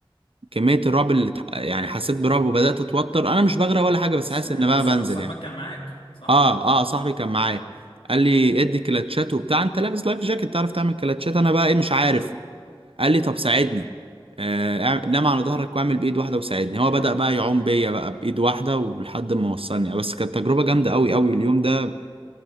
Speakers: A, on the right; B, on the left.
A: كمية الرعب اللي
B: مم.
A: اتح- يعني حسيت برعب وبدأت اتوتر انا مش بغرق ولا حاجة
B: بس
A: بس حاسس
B: آه،
A: ان بقى
B: صح...
A: بنزل
B: صاحبك
A: يعني
B: كان معاك صح؟
A: اه اه صاحبي كان معايا قال لي ادي كلاتشات وبتاع انت لابس لايف جاكيت تعرف تعمل كلاتشات انا بقى ايه مش عارف قال لي طب ساعدني
B: <laughs>
A: آه اعمل- نام على ظهرك واعمل بايد واحده وساعدني هو بدأ بقى يعوم بيا بقى بايد واحده ولحد ما وصلني بس كانت تجربه جامده قوي قوي اليوم ده